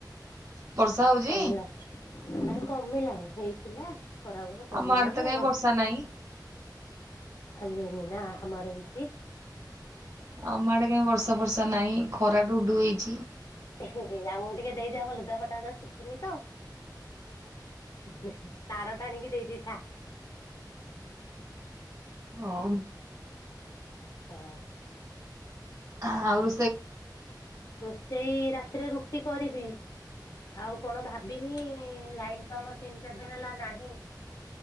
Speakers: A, on the right; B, on the left.
A: ବର୍ଷା
B: ହଁ
A: ହଉଛି?
B: କମିଲାଣି ମାନେ କମିଲାଣି ହେଇଥିଲା ଖରା ବଳି କମିଲାଣି
A: ଆମ ଆଡେ ତ କାହିଁ
B: ଘର
A: ବର୍ଷା ନାହିଁ।
B: ଆଜି ହେଇନି ନା ଆମ ଆଡେ ହେଇଚି।
A: ଆମ ଆଡେ କାଇଁ ବର୍ଷା ଫର୍ଷା ନାହିଁ ଖରା ଢୁ ଢୁ ହେଇଚି।
B: ହେଁ ହେଁ ଆମକୁ ଟିକେ ଦେଇଦିଅ ଆମ ଲୁଗାପଟା ରା ଶୁଖୁନି ତ ତାର ଟାଣି କି ଆଣିକି ଦେଇ ଥା।
A: ହଉ।
B: ହଁ।
A: ଆଉ ରୋ
B: ରୋଷେଇ ରାତିରେ ରୁଟି କରିବି। ଆଉ କଣ ଭାବିନି ଲାଇନ୍ ତ ଆମର ତିନି ଚାରି ଦିନ ହେଲା ନାହିଁ।